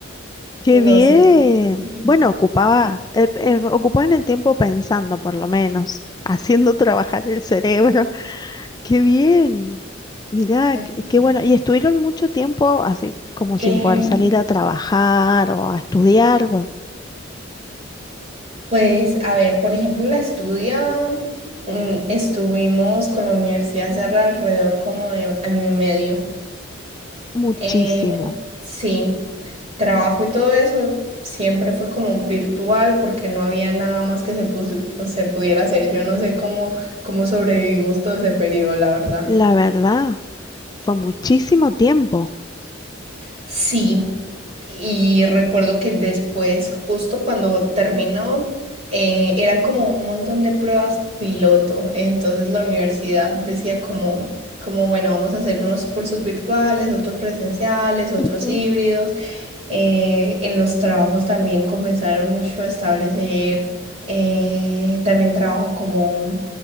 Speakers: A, on the left; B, on the right.
A: Qué
B: No
A: bien.
B: sé. Sí.
A: Bueno, ocupaba, eh, eh, ocupaban el tiempo pensando, por lo menos, <laughs> haciendo trabajar el cerebro. Qué bien. Mirá,
B: Ay,
A: qué,
B: sí.
A: qué bueno. ¿Y estuvieron mucho tiempo así como
B: Eh,
A: sin poder salir a trabajar o a estudiar? Bu-
B: pues, a ver, por ejemplo, la estudia, mm, estuvimos con la universidad hace alrededor como de año y medio.
A: Muchísimo.
B: Eh, sí, trabajo y todo eso siempre fue como virtual porque no había nada más que se, pus- se pudiera hacer. Yo no sé cómo, cómo sobrevivimos todo ese periodo, la verdad.
A: La verdad, fue muchísimo tiempo.
B: Sí, y recuerdo que después, justo cuando terminó, eh, eran como un montón de pruebas piloto. Entonces la universidad decía como, como, bueno, vamos a hacer unos cursos virtuales, otros presenciales, otros
A: Ujú,
B: híbridos eh, en los trabajos también comenzaron mucho a establecer eh, también trabajo como,